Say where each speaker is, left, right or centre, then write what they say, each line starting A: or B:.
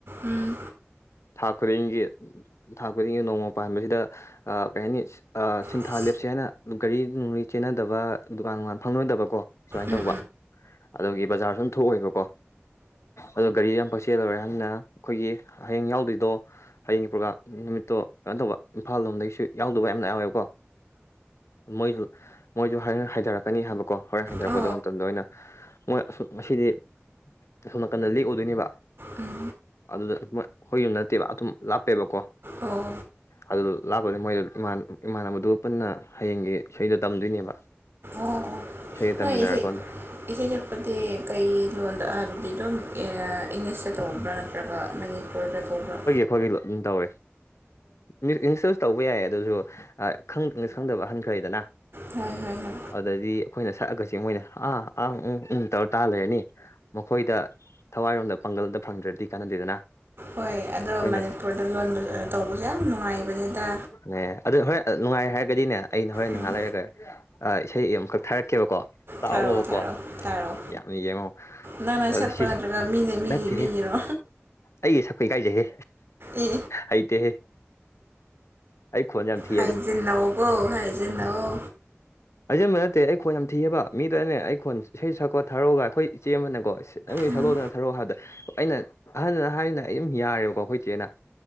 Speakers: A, on the right; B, on the left.
A: ꯎꯝ
B: ꯊꯥ ꯈꯨꯗꯤꯡꯒꯤ ꯊꯥ ꯈꯨꯗꯤꯡꯒꯤ ꯅꯣꯡꯃ ꯄꯥꯟꯕꯁꯤꯗ ꯑ ꯀꯩ ꯍꯥꯏꯅꯤ ꯑ ꯁꯤꯟꯊꯥ
A: ꯎꯝ
B: ꯂꯦꯞꯁꯦ ꯍꯥꯏꯅ ꯒꯥꯔꯤ ꯅꯨꯡꯂꯤ ꯆꯦꯟꯅꯗꯕ ꯗꯨꯀꯥꯟ ꯉꯥꯟ ꯐꯝꯅꯗꯕ ꯀꯣ ꯁꯨꯃꯥꯏ
A: ꯎꯝ
B: ꯇꯧꯕ ꯑꯗꯨꯒꯤ ꯕꯖꯥꯔ ꯁꯨꯝ ꯊꯣꯛꯎꯏꯕꯀꯣ ꯑꯗꯣ ꯒꯥꯔꯤ ꯌꯥꯝ ꯄꯥꯛ ꯆꯦꯜꯂꯔꫭꯏ ꯍꯥꯏꯅꯤꯅ ꯑꯩꯈꯣꯏꯒꯤ ꯍꯌꯦꯡ ꯌꯥꯎꯗ꯭ꯣꯏꯗꯣ ꯍꯌꯦꯡ ꯄ꯭ꯔꯣꯒꯥꯝ ꯅꯨꯃꯤꯠꯇꯣ ꯀꯩꯅꯣ ꯇꯧꯕ ꯏꯝꯐꯥꯜ ꯂꯣꯝꯗꯩꯁꯨ ꯌꯥꯎꯗꯕ ꯌꯥꯝꯅ ꯌꯥꯎꯋꯦꯕꯀꯣ ꯃꯣꯏꯁꯨ ꯃꯣꯏꯁꯨ ꯍꯌꯦꯡ ꯍꯥꯏꯗꯔꯛꯀꯅꯤ ꯍꯥꯏꯕꯀꯣ ꯍꯣꯔꯦꯟ ꯍꯥꯏꯗꯔꯛꯄꯗ
A: ꯎꯝ ꯎꯝ
B: ꯃꯇꯝꯗ ꯑꯣꯏꯅ ꯃꯣꯏ ꯑ ꯉꯁꯤꯗꯤ ꯑꯁꯣꯝ ꯅꯥꯀꯟꯗ ꯂꯦꯛ ꯎꯗꯣꯏꯅꯦꯕ
A: ꯎꯝ
B: ꯑꯗꯨꯗ ꯑꯩꯈꯣꯏ ꯌꯨꯝ ꯅꯠꯇꯦꯕ ꯑꯗꯨꯝ ꯂꯥꯞꯄꯦꯕꯀꯣ
A: ꯑꯣ
B: ꯑꯗꯨꯗ ꯂꯥꯛꯄꯗ ꯃꯣꯏꯗ ꯏꯃꯥꯟꯅꯕꯗꯨ ꯄꯨꯟꯅ ꯍꯌꯦꯡꯒꯤ ꯏꯁꯩꯗ ꯇꯝꯗꯣꯏꯅꯦꯕ
A: ꯑꯣ ꯑꫭ
B: ꯏꯁꯩꯒ
A: ꯅꫭꯏꯒꯤꯁꯤ
B: ꯇꯝꯃꯤꯟꯅꯔꯀꯥꯟꯗ
A: ꯏꯁꯩ ꯁꯛꯄꯗꯤ ꯀꯩ ꯂꯣꯟꯗ ꯍꯥꯏꯕꯗꯤ ꯑꯗꯨꯝ ꯏꯪꯂꯤꯁꯇ ꯇꯧꯕ꯭ꯔꯥꯅ ꯅꯠꯇ꯭ꯔꯒ ꯃꯅꯤꯄꯨꯔꯗ ꯇꯧꯕꯔ
B: ꯑꯈꯣꯏꯒꯤ ꯂꫭꯟꯗ ꯎꯝ ꯇꯧꯋꯦ ꯃꯤꯠ ꯏꯪꯂꯤꯁꯇꯁꯨ ꯇꯧꯕ ꯌꯥꯏ ꯑꯗꯨꯁꯨ ꯑꯥ ꯈꯪ ꯏꯪꯂꯤꯁ ꯈꯪꯗꯕ ꯍꯟꯈ꯭ꯔꯦꯗꯅ
A: ꯍꯣꯏ ꯍꯣꯏ ꯍꯣꯏ
B: ꯑꯗꯗꯤ ꯑꯈꯣꯏꯅ ꯁꯛꯑꯒ ꯁꯦ ꯃꯣꯏꯅ ꯍꯥ ꯑꯥ ꯎꯪ ꯎꯝ ꯇꯧꯔ ꯇꯥꯔ ꯂꯩꯔꯅꯤ ꯃꯈꯣꯏꯗ ꯊꯋꯥꯏꯔꯣꯝꯗ ꯄꯥꯡꯒꯜꯗ ꯐꯪꯗ꯭ꯔꯗꯤ ꯀꯥꯟꯅꯗꯦꯗꯅ
A: ꯍꯣꯏ ꯑꯗꯣ
B: ꯑꯩꯈꯣꯏꯅ
A: ꯃꯅꯤꯄꯨꯔꯗ ꯂꯣꯟꯕꯖꯨ ꯑꯇꯧꯕꯖꯨ ꯌꯥꯝ ꯅꯨꯡꯉꯥꯏꯕꯅꯤꯗ
B: ꯅꯦ ꯑꯗꯨ ꯍꯣꯔꯦꯟ ꯅꯨꯡꯉꯥꯏꯔꯦ ꯍꯥꯏꯔꯒꯗꯤꯅꯦ ꯑꯩꯅ ꯍꯣꯔꯦꯟ
A: ꯎꯝ
B: ꯉꯍꯥꯛ ꯂꯩꯔꯒ ꯑꯥ ꯏꯁꯩ ꯑꯃꯈꯛ ꯊꯥꯔꯛꯀꯦꯕꯀꯣ ꯇꯥꯎꯕꯀꯣ
A: ꯊꯥꯔꯛꯑꯣ ꯊꯥꯔꯛꯑꯣ ꯊꯥꯔꯛꯑꯣ
B: ꯌꯥꯝ ꯌꯦꯡꯉꯣ
A: ꯅꯪꯅ ꯁꯠꯄ
B: ꯑꯗꯨ ꯁꯤ
A: ꯅꯠꯇ꯭ꯔꯒ ꯃꯤꯅ ꯃꯤꯒꯤ
B: ꯅꯠꯇꯦꯍꯦ
A: ꯃꯤꯒꯤꯔꯣ
B: ꯑꯩꯒꯤ ꯁꯛꯄ ꯏꯀꯥꯏꯖꯩꯍꯦ
A: ꯑꯦ
B: ꯍꯩꯇꯦꯍꯦ ꯑꯩ ꯈꯣꯟꯖꯦ ꯌꯥꯝ ꯊꯤ
A: ꯍꯥꯏꯖꯤꯟꯅꯧꯀꫭ ꯍꯥꯏꯖꯤꯟꯅꯧ
B: ꯍꯥꯏꯖꯤꯟꯕꯅꯠꯇꯦ ꯑꯩ ꯈꯣꯟ ꯌꯥꯝ ꯊꯤꯑꯕ ꯃꯤꯗꯅꯦ ꯑꯩ ꯈꯣꯟ ꯏꯁꯩ ꯁꯛꯄꯣ ꯊꯥꯔꯛꯑꯒ ꯑꯩꯈꯣꯏ ꯏꯆꯦ ꯑꯃꯅꯀꯣ ꯅꯪꯒꯤ
A: ꯎꯝ
B: ꯁꯂꯣꯗꯅ ꯊꯔꯛꯑꯣ ꯍꯥꯏꯕꯗ ꯑꯩꯅ ꯑꯍꯟꯗꯅ ꯍꯥꯏꯔꯤꯅ ꯑꯩ ꯑꯗꯨꯝ ꯌꯥꯔꯦꯕꯀꯣ ꯑꯩꯈꯣꯏ ꯆꯦꯅ